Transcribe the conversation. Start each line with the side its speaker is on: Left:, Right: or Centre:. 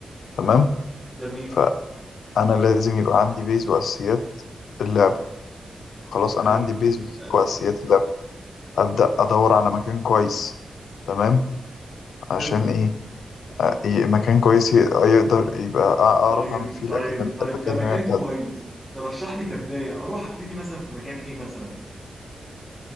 Left: تمام
Centre: جميل
Left: فانا لازم يبقى عندي بيز واساسيات اللعبه خلاص انا
Centre: حلو
Left: عندي بيز
Centre: ده أساسي
Left: واساسيات اللعبه أبدأ أدور على مكان كويس تمام عشان
Centre: حلو
Left: إيه آه، ي- مكان كويس ي- يقدر يبقى أع- أعرف
Centre: طيب
Left: أعمل فيه
Centre: طيب
Left: الأكاديم-
Centre: طيب
Left: الأكاديمية
Centre: كمكان
Left: بتاعتي
Centre: كويس ترشح لي كبداية اروح ابتدي مثلا في مكان ايه مثلا